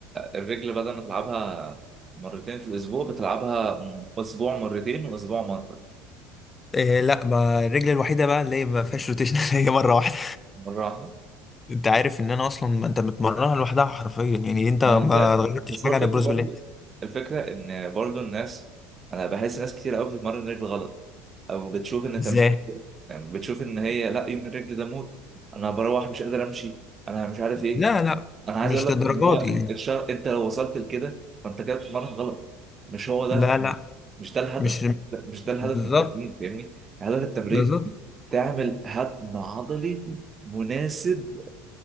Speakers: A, on the right; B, on the left.
A: الرجل بدل ما تلعبها مرتين في الاسبوع بتلعبها م- اسبوع مرتين واسبوع مره
B: إيه لا ما الرجل الوحيده بقى اللي هي ما فيهاش روتيشنال <laughs> هي مره واحده
A: مره واحده
B: انت عارف ان انا اصلا ما انت بتمرنها لوحدها حرفيا يعني انت
A: ما
B: ما
A: انا فاهم
B: غيرتش
A: بس
B: حاجه
A: هو الفكره
B: عن البروس
A: برضو
B: بالليج
A: الفكره ان برضو الناس انا بحس ناس كتير قوي بتتمرن رجل غلط او بتشوف ان
B: ازاي
A: تمرين يعني بتشوف ان هي لا يوم الرجل ده موت انا بروح مش قادر امشي انا مش عارف ايه
B: لا لا
A: انا عايز
B: مش
A: اقول لك
B: للدرجات
A: ان هو إن
B: دي يعني
A: الشر... انت لو وصلت لكده فانت كده بتتمرن غلط مش هو ده
B: لا لا
A: مش ده الهدف
B: مش
A: ده- مش ده الهدف
B: بالظبط
A: من التمرين فاهمني هدف التمرين
B: بالظبط
A: تعمل هدم عضلي مناسب